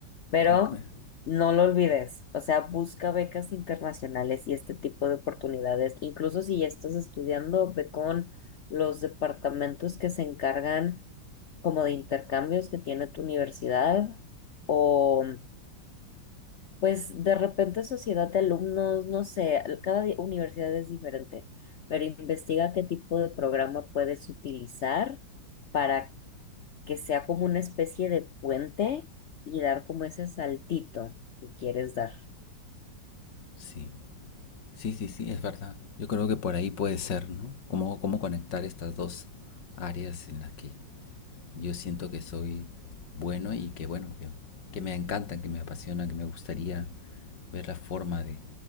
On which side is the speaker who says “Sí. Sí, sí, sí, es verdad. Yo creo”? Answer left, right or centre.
Left